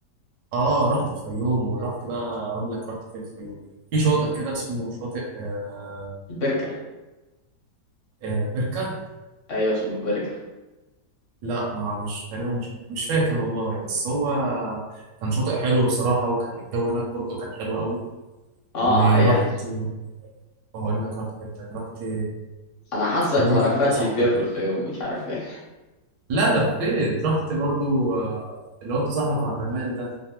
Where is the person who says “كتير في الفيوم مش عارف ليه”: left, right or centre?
Left